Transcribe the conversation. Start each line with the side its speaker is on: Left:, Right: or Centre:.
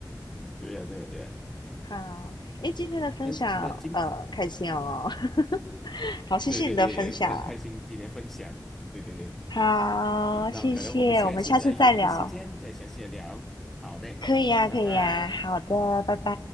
Centre: 对呀、对呀、对呀、
Left: 好，
Centre: 嗯，
Left: 诶，今天的分享呃开心哦，
Centre: 那那今天，
Left: <laughs> 好，谢谢你的分享，
Centre: 对对对，蛮开心今天分享，对对对。嗯
Left: 好，
Centre: 那可能我们下一次再约一个时间再详细的聊。
Left: 谢谢，我们下次再聊，
Centre: 好的，
Left: 可以呀，
Centre: 拜拜。
Left: 可以呀，好的，拜拜。